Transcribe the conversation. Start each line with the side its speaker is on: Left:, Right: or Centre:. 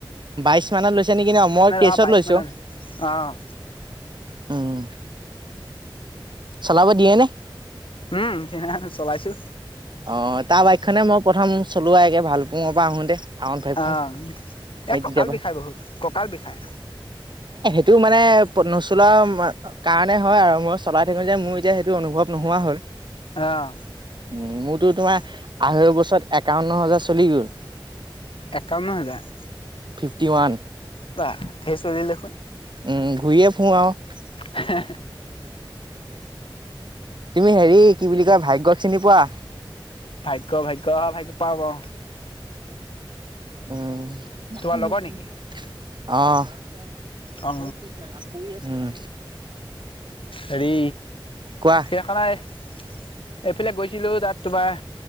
Right: বাইশ মানত লৈছে নেকি ন মই তেইশত
Left: অ বাইশ
Right: লৈছো।
Left: মানে অ',
Right: উম চলাব দিয়ে নে?
Left: উম স <unintelligible> চলাইছো
Right: অ তাৰ বাইক খনে মই প্ৰথম চলোৱাইগে ভালপুঙৰ পৰা আহোতে। আউন ফাইভখন
Left: আহ
Right: সেই
Left: এ কঁকাল
Right: তেতিয়া পৰাই
Left: বিষাই বহুত, কঁকাল বিষাই।
Right: এইটো মানে নচলোৱা কাৰণে হয় আৰু মই চলাই থাকো যে মোৰ এতিয়া সেইটো অনুভৱ নোহোৱা হ'ল
Left: আহ
Right: উ মোৰতো তোমাৰ আঢ়ৈ বছৰত একাৱন্ন হাজাৰ চলি গ'ল
Left: একাৱন্ন হাজাৰ
Right: টিৱান
Left: বা ধেচলিল দেখোন
Right: ওম ঘূৰিয়ে ফুৰোঁ আৰু
Left: হে হে।
Right: তুমি হেৰি কি বুলি কয় ভাগ্যক চিনি পোৱা।
Left: ভাগ্য ভাগ্য অভাগ্য। পাওঁ পাওঁ
Right: উম্‌।
Left: তোমাৰ
Right: উম
Left: লগৰ
Right: উম।
Left: নেকি
Right: অ <unintelligible>
Left: অ
Right: উম
Left: হেৰি
Right: কোৱা
Left: সেইখনা এইফালে গৈছিলো তাত তোমাৰ